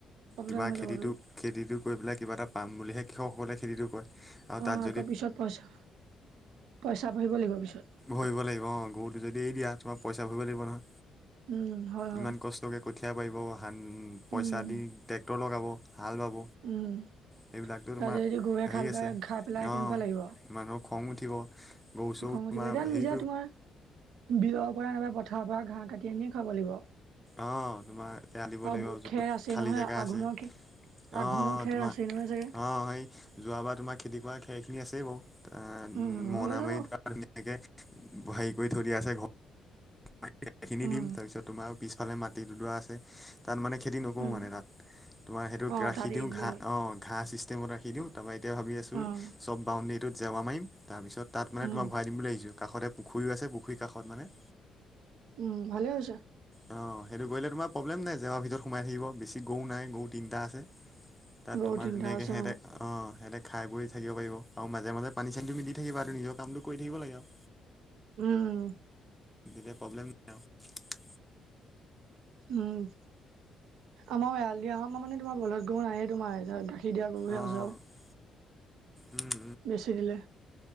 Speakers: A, on the right; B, in the centre.
A: প্ৰব্লেম
B: কিবা
A: হৈ যাবতো
B: খেতিটো খেতিটো কৰি পেলাই কিবা এটা পাম বুলিহে কৃষকসকলে খেতিটো কৰে। আৰু
A: অ
B: তাত
A: আকৌ
B: যদি
A: পিছত পইচা পইচা ভৰিবব লাগিব পিছত।
B: ভৰি লাগিব অ গৰুটো যদি এৰি দিয়া তোমাৰ পইচা ভৰিব লাগিব নহয়।
A: উম, হয় হয়।
B: ইমান কষ্টকে কঠীয়া পাৰিব ধান পইচা
A: উম
B: দি ট্ৰেক্টৰ লগাব। হাল বাব
A: উম,
B: সেইবিলাকতো
A: তাৰপিছত
B: তোমাৰ
A: যদি গৰুৱে
B: হেৰি
A: খাল
B: আছে
A: পাই খাই পেলাই
B: অ
A: কেনেকুৱা লাগিব?
B: মানুহৰ খং উঠিব, গৰু চৰু
A: খং উঠিব
B: তোমাৰ
A: এতিয়া নিজে
B: হেৰি কৰিব
A: তোমাৰ বিলৰ পৰা নাইবা পথাৰৰ পৰা ঘাঁহ কাটি আনিয়ে খোৱাব লাগিব।
B: অ তোমাৰ এয়া দিব
A: আৰু
B: লাগিব, য'ত
A: খেৰ আছেই
B: খালী
A: নহয়
B: জেগা
A: আঘোণৰ
B: আছে।
A: খে আঘোণৰ
B: অ অ
A: খেৰ
B: তোমাৰ
A: আছেই নহয় চাগে
B: অ সেই যোৱাবাৰ তোমাৰ খেতি কৰা খে খিনি আছেই বাও আ
A: উম হৈ
B: মণা
A: যাব
B: মাৰি থোৱা ধুনীয়াকে হেৰি কৰি থৈ দিয়া আছে <unintelligible> খিনি
A: উম
B: দিম তা পিছত তোমাৰ পিছ ইফালে মাটি দুডৰা আছে তাত মানে খেতি নকৰোঁ
A: উম
B: মানে তাত তোমাৰ সেইটো
A: অ
B: ৰাখি
A: তাত
B: দিওঁ
A: এৰি দিলেই
B: ঘাঁহ
A: হ'ল
B: অ ঘাঁহ চিষ্টেমত ৰাখি দিওঁ তা পা তেতিয়া ভাবি আছো
A: উম
B: চব বাউণ্ডেৰীটোত জাবাৰম তাৰপিছত তাত মান
A: উম
B: তোমাৰ ভৰাই দিম বুলি ভাবিছিলো কাষতে পুখুৰীও আছে পুখুৰীৰ কাষত মানে
A: উম, ভালে হৈছে।
B: অ সেইটো কৰিলে তোমাৰ প্ৰব্লেম নাই জেৱাৰ ভিতৰত সোমাই থাকিব বেছি গৰু নাই গৰু তিনিটা আছে। তাত
A: গৰু
B: তোমাৰ
A: তিনিটা
B: ধুনীয়াকে
A: আছে
B: সিহঁতে অ সিহঁতে খাই বৈ থাকিব পাৰিব। আৰু মাজে মাজে পানী চানী তুমি দি থাকিবা আৰু নিজৰ কামটো কৰি থাকিব লাগে আও।
A: উম।
B: দিলে প্ৰব্লেম নাই আও।
A: উম, আমাৰ এয়াল দিয়াৰ হত মানে তোমাৰ বলধ গৰু নায়ে তোমাৰ এজ গাখ সেই দিয়া গৰু হে
B: অ'
A: আছে আও।
B: উম।
A: বেচি দিলে।